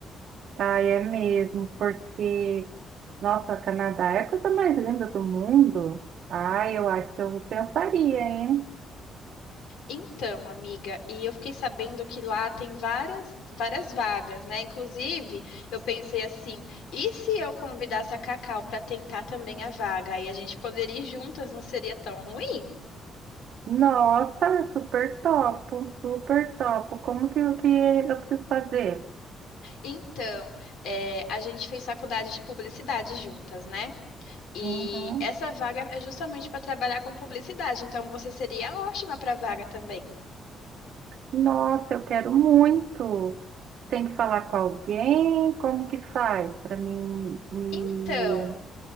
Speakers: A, on the right; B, on the left.
A: Ah, é mesmo, porque, nossa, Canadá é a coisa mais linda do mundo. Ah, eu acho que eu pensaria, hein?
B: Então, amiga, e eu fiquei sabendo que lá tem várias, várias vagas, né? Inclusive, eu pensei assim, e se eu convidasse a Cacau para tentar também a vaga? Aí a gente poderia ir juntas, não seria tão ruim?
A: Nossa, super topo, super topo. Como que, o que eu preciso fazer?
B: Então, é, a gente fez faculdade de publicidade juntas, né? E
A: Uhum.
B: essa vaga é justamente para trabalhar com publicidade, então você seria ótima para a vaga também.
A: Nossa, eu quero muito. Tem que falar com alguém? Como que faz para mim me...
B: Então.